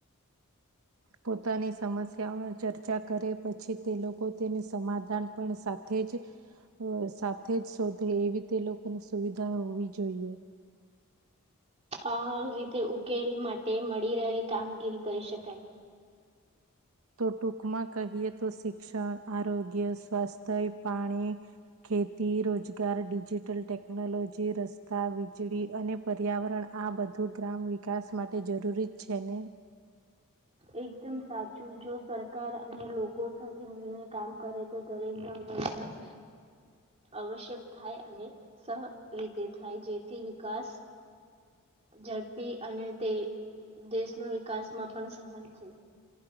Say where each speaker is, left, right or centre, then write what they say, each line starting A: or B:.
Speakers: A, on the right; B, on the right.
A: પોતાની સમસ્યાઓ ચર્ચા કરે પછી તે લોકો તેની સમાધાન પણ સાથે જ સાથે જ શોધે એવી તે લોકોની સુવિધા હોવી જોઈએ.
B: આ રીતે ઉકેલ માટે મળી રહે કામગીરી કરી શકાય
A: તો ટૂંકમાં કહીએ તો શિક્ષણ આરોગ્ય સ્વાસ્થ્ય પાણી ખેતી રોજગાર ડિજિટલ ટેકનોલોજી રસ્તા વીજળી અને પર્યાવરણ આ બધું ગ્રામ વિકાસ માટે જરૂરી જ છે ને
B: એકદમ સાચું જો સરકાર અને લોકો સાથે મળને કામ કરે તો દરેક ગામનો વિકાસ આવશ્યક થાય અને સહ રીતે થાય જેથી વિકાસ ઝડપી અને તે દેશના વિકાસમાં પણ સ છે